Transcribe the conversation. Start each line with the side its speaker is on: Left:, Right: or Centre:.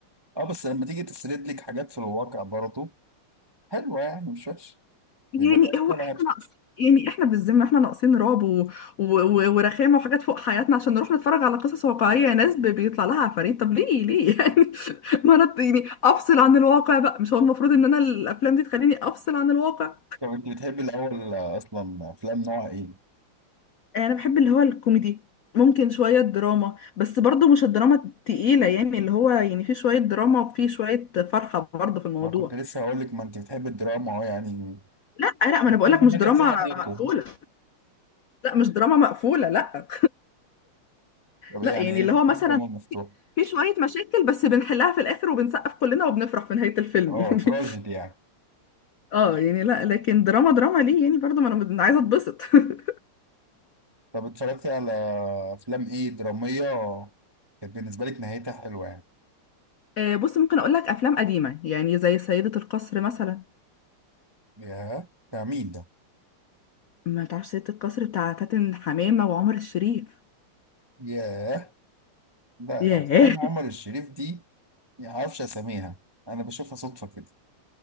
Right: أه بس لما تيجي تسرد لك حاجات في الواقع برضه حلوة يعني مش وحش
Left: يعني
Right: بيبقى ليها رسالة
Left: هو احنا
Right: هادفة
Left: ناقص يعني احنا بالذمه احنا ناقصين رعب و... و... و... ورخامه وحاجات فوق حياتنا عشان نروح نتفرج على قصص واقعيه يا ناس ب- بيطلع لها عفاريت طب ليه ليه <laughs> يعني ما انا يعني افصل عن الواقع بقى مش هو المفروض ان انا الافلام دي تخليني افصل عن الواقع
Right: طب أنت بتحبي الأول أصلا أفلام نوع إيه؟
Left: انا بحب اللي هو الكوميدي ممكن شويه دراما بس برضو مش الدراما التقيله يعني اللي هو يعني في شويه دراما وفي شويه فرحه برضو في الموضوع
Right: أنا كنت لسه هقول لك ما أنت بتحبي الدراما أهو يعني
Left: لا لا ما انا بقولك
Right: أحب إنك
Left: مش دراما
Right: زي أنيكو
Left: مقفوله لا مش دراما مقفوله لا
Right: <laughs> طب
Left: لا
Right: يعني
Left: يعني
Right: ايه
Left: اللي
Right: إيه
Left: هو مثلا
Right: الدراما المفتوحة
Left: في شوية مشاكل بس بنحلها في الآخر وبنسقف كلنا وبنفرح في نهاية الفيلم
Right: اه
Left: يعني
Right: تراجيدي يعني
Left: <laughs> اه يعني لا لكن دراما دراما ليه يعني برضو ما انا بد- عايزة اتبسط <laughs>
Right: طب اتفرجتي على افلام ايه درامية كانت بالنسبة لك نهايتها حلوة يعني
Left: آه، بص ممكن اقول لك افلام قديمة يعني زي سيدة القصر مثلا
Right: ياه بتاع مين ده
Left: ما تعرفش سيدة القصر بتاع فاتن حمامة وعمر الشريف
Right: ياه لا
Left: ياه
Right: افلام عمر الشريف دي ما اعرفش اساميها انا بشوفها صدفة كده